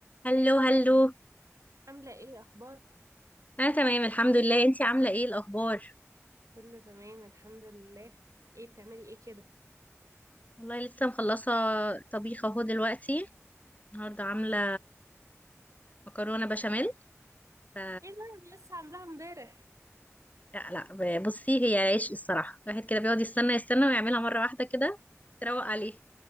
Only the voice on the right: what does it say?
عاملة ايه اخبارك؟
كله تمام الحمد لله ايه بتعملي ايه كده؟
ايه ده انا لسه عاملاها امبارح